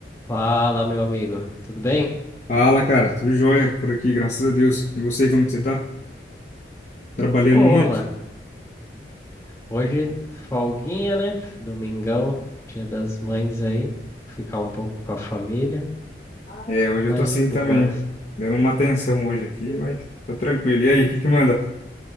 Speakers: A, on the left; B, on the left.
A: Fala, meu amigo. Tudo bem?
B: Fala, cara, tudo jóia por aqui, graças a Deus. E você, como que você tá? Trabalhando
A: Boa,
B: muito?
A: mano. Hoje, folguinha, né? Domingão, dia das mães aí. Ficar um pouco com a família,
B: É, hoje
A: mas
B: eu tô assim
A: de boa.
B: também, dando uma atenção hoje aqui, mas tô tranquilo. E aí, o que que manda?